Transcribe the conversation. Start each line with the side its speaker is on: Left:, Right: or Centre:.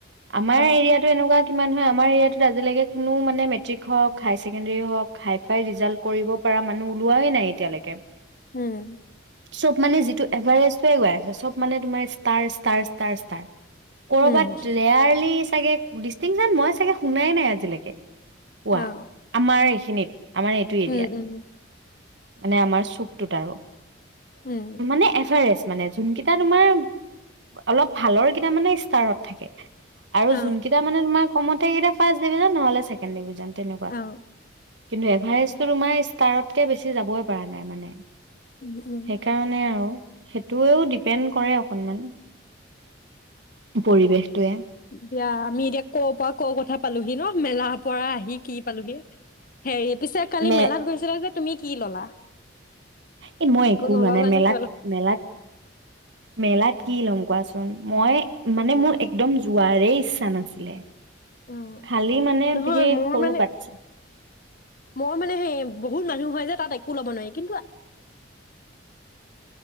Right: আমাৰ
Left: অ
Right: এৰিয়াত কিমান হয় আমাৰ এৰিয়াতত আজিলৈকে কোনো মানে মেট্ৰিক হক হাই ছেকেণ্ডৰী হক হাই ফাই ৰিজাল্ট কৰিব পৰা মানুহ ওলোৱাই নাই এতিয়ালৈকে
Left: উম
Right: চব মানে যিটো এভাৰেষ্টয়ে গৈ আছে চব মানে তোমাৰ ষ্টাৰ ষ্ট কৰ'বাত
Left: উম
Right: ৰেয়াৰলি তাকে ডিষ্টিংছন, মই চাগে শুনাই নাই আজিলৈকে পোৱা,
Left: অ
Right: আমাৰ এইখিনিত আমাৰ এইটো এৰিয়াত
Left: উম উম
Right: মানে আমাৰ চুকটোত আৰু
Left: উম
Right: মানে এভাৰেষ্ট মানে যোনকেইটা তোমাৰ, অলপ ভালৰ কেইটা মানে ষ্টাৰত থাকে আৰু
Left: অ
Right: যোন কিবা মানে তোমাক ফাৰ্ষ্ট ডিভিজন নহলে ছেকেণ্ড ডিভিজন কিন্তু
Left: অ
Right: এভাৰেষ্ট তোমাৰ ষ্টাৰতকে বেছি যাবই পৰা নাই মানে
Left: উম উম
Right: সেইকাৰণে আৰু সেইটোৱেও ডিপেণ্ড কৰে অকনমান পৰিৱেশটোৱে
Left: দিয়া আমি এতিয়া ক'ৰ পৰা ক'ৰ কথা পালোহি ন? মেলাৰ পৰা আহি কি পালোহি হেৰি পিছে কালি
Right: মে
Left: মেলাত গৈছিলা নে তুমি কি ললা?
Right: এ মই একো
Left: নল'লা
Right: লোৱা নাই।
Left: নে
Right: মেলাত,
Left: কিবা ল'লা?
Right: মেলাত মেলাত কি লম কোৱাচোন? মই মানে
Left: অ',
Right: মোৰ একদম যোৱাৰেই ইচ্ছা নাছিলে
Left: অ',
Right: খালি মানে
Left: নহয়
Right: সেই
Left: মোৰ
Right: সৰু
Left: মানে
Right: বাাটছা
Left: মই মানে সে বহুত মানুহ হয় যে তাত একো ল'ব নোৱাৰি কিন্তু।